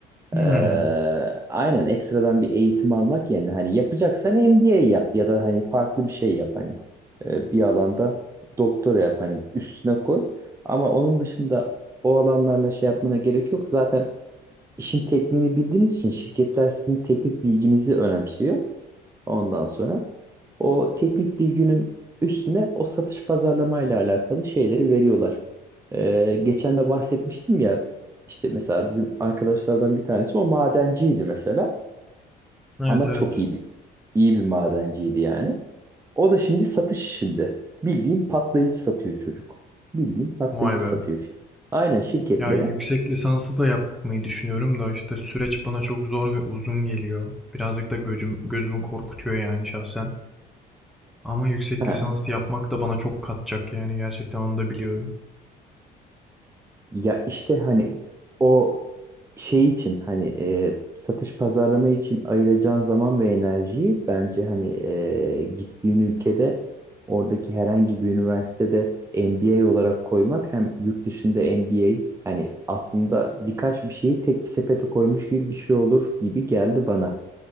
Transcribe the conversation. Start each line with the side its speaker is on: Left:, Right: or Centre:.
Centre: Hmm.
Right: Ee, aynen ekstradan bir eğitim almak yerine hani yapacaksan MBA yap ya da hani farklı bir şey yap hani Ee, bir alanda doktora yap hani üstüne koy ama onun dışında o alanlarla şey yapmana gerek yok zaten işin tekniğini bildiğiniz için şirketler sizin teknik bilginizi önemsiyor. Ondan sonra o teknik bilginin üstüne o satış pazarlamayla ile alakalı şeyleri veriyorlar. Ee, geçen de bahsetmiştim ya işte mesela bizim arkadaşlardan bir tanesi o madenciydi mesela
Centre: Evet
Right: ama
Centre: evet.
Right: çok iyi bir iyi bir madenciydi yani. O da şimdi satış işinde. Bildiğin patlayıcı satıyor çocuk. Bildiğin patlayıcı
Centre: Vay be.
Right: satıyor şimdi. Aynen şirketlere.
Centre: Ya yüksek lisansı da yapmayı düşünüyorum da işte süreç bana çok zor ve uzun geliyor. Birazcık da gözüm, gözümü korkutuyor yani şahsen. Ama yüksek
Right: Ha,
Centre: lisans yapmak da bana çok katacak yani gerçekten onu da biliyorum.
Right: Ya işte hani o şey için hani e, satış pazarlama için ayıracağın zaman ve enerjiyi bence hani e, gittiğin ülkede oradaki herhangi bir üniversitede MBA olarak koymak hem yurt dışında MBA hani aslında birkaç bir şeyi tek bir sepete koymuş gibi bir şey olur gibi geldi bana